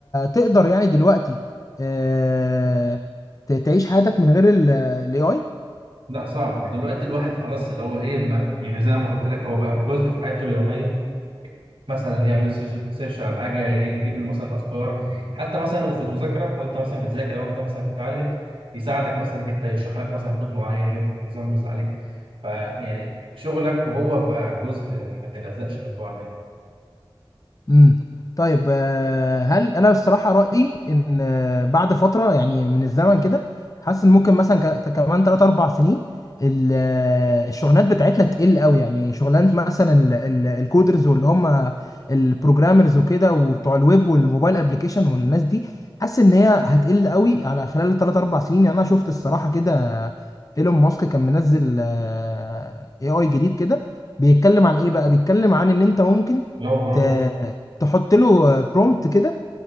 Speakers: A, on the left (about 40°); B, on the right (about 70°).
A: تقدر يعني دلوقتي آه، ت- تعيش حياتك من غير الاي اي
B: لا صعب دلوقتي الواحد خلاص اللي هو ايه بقى يعني زي ما قلت لك هو بقى جزء في حياته اليوميه مثلا يعمل سيرش سيرش على حاجه يجيب له مثلا افكار حتى مثلا وفي المذاكره وانت مثلا بتذاكر او انت مثلا بتتعلم يساعدك مثلا انك انت يشرح لك مثلا كود معين يجيب لك اكزامبلز عليه فيعني شغلك وهو بقى جزء ما يتجزأش من بعض يعني.
A: امم طيب آه، هل انا الصراحه رايي ان آه، بعد فتره يعني من الزمن كده حاسس ان ممكن مثلا ك- كمان 3 4 سنين ال- آه، الشغلانات بتاعتنا تقل قوي يعني شغلانه مثلا ال- ال- الكودرز واللي هم البروجرامرز وكده وبتوع الويب والموبايل ابلكيشن والناس دي حاسس ان هي هتقل قوي على خلال 3 4 سنين يعني انا شفت الصراحه كده آه، ايلون ماسك كان منزل اي اي جديد كده بيتكلم عن ايه بقى بيتكلم عن ان انت ممكن
B: لو جروب
A: ت- تحط له برومبت كده